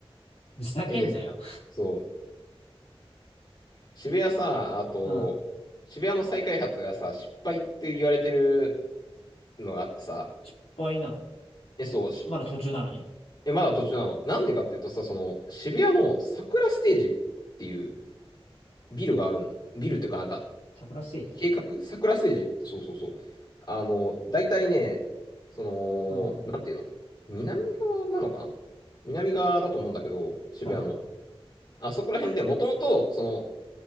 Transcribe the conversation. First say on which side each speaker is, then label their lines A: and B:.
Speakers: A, on the left; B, on the left.
A: う、ふざけんなよ。
B: え、です。そう。渋谷さ、あと、
A: うん。
B: 渋谷の再開発がさ、失敗って言われてるのがあってさ、
A: 失敗なの
B: え、そう、し
A: まだ途中なのに
B: え、まだ途中なの。なんでかっていうとさ、その、渋谷の桜ステージっていうビルがあるん、ビルっていうかなんか、
A: 桜ステージ
B: 計画、桜ステージって、そうそうそう。あの、大体ね、その、
A: うん。は
B: なんていうの、南側なのかな南側だと思うんだけど、渋谷の。
A: いはい。
B: あそこら辺でもともと、その、